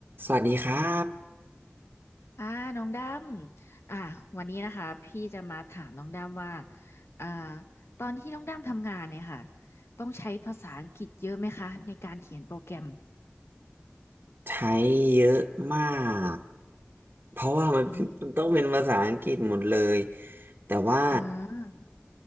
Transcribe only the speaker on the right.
สวัสดีครับ
ใช้เยอะมากเพราะว่ามันมันต้องเป็นภาษาอังกฤษหมดเลย
แต่ว่า